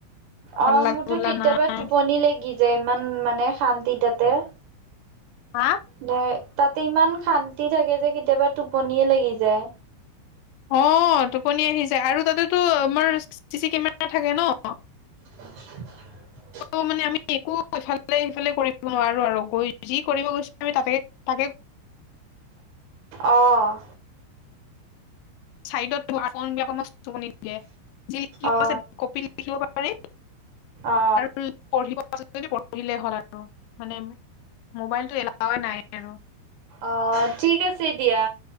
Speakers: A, on the left; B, on the right.
A: হাল্লা
B: অ', মোৰতো
A: গোল্লা
B: কেতিয়াবা
A: নাই
B: টোপনি লাগি যায়, ইমান মানে শান্তি তাতে
A: হা?
B: দে তাতে ইমান শান্তি থাকে যে, কেতিয়াবা টোপনিয়ে লাগি যায়।
A: অ', টোপনি আহি যায় আৰু তাতেতো আমাৰ চি চি কেমেৰা থাকে ন।
B: উ
A: আৰু মানে আমি একো সফালে সিফালে কৰিব নোৱাৰো আৰু, যি কৰিব গৈছে আমি <unintelligible>
B: অ'।
A: চাইডত <unintelligible>
B: অ
A: কপিত লিখিব পা পাৰি,
B: অ
A: আৰু পঢ়িব পাৰি যদি পঢ়িলে হ'ল আৰু, মানে মোবাইলটো এলাওৱে নাই আৰু।
B: অ', ঠিক আছে দিয়া।